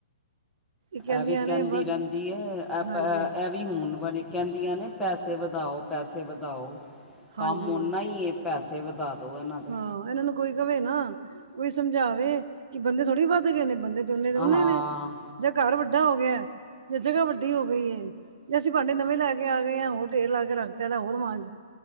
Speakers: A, on the right; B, in the centre.
A: ਕਹਿੰਦੀਆਂ
B: ਇਹ ਵੀ ਕਹਿੰਦੀ
A: ਨੇ ਬਸ
B: ਰਹਿੰਦੀ ਹੈ ਆਪ
A: ਹਾਂਜੀ
B: ਇਹ। ਵੀ ਹੁਣ ਵਾਲੀ ਕਹਿੰਦੀਆਂ ਨੇ ਪੈਸੇ ਵਧਾਓ, ਪੈਸੇ ਵਧਾਓ ਕੰਮ
A: ਹਾਂਜੀ
B: ਉਹਨਾਂ ਹੀ ਹੈ। ਪੈਸੇ ਵਧਾ ਦਿਉ ਇਹਨਾਂ ਦੇ।
A: ਹਾਂ ਇਹਨਾਂ ਨੂੰ ਕੋਈ ਕਵੇ ਨਾ ਕੋਈ ਸਮਝਾਵੇ ਕਿ ਬੰਦੇ ਥੋੜ੍ਹੀ ਵੱਧ ਗਏ ਨੇ ਬੰਦੇ। ਬੰਦੇ ਤੇ ਉਨੇ ਦੇ
B: ਹਾਂ
A: ਉਨੇ
B: ਹਾਂ
A: ਨੇ ਜਾਂ ਘਰ ਵੱਡਾ ਹੋ ਗਿਆ ਜਾਂ ਜਗ੍ਹਾ ਵੱਡੀ ਹੋ ਗਈ ਹੈ। ਜੇ ਅਸੀਂ ਭਾਂਡੇ ਨਵੇਂ ਲੈ ਕੇ ਆ ਗਏ ਹਾਂ। ਉਹ ਢੇਰ ਲਾ ਕੇ ਰੱਖ ਤਾ ਉਹ ਮਾਂਜ।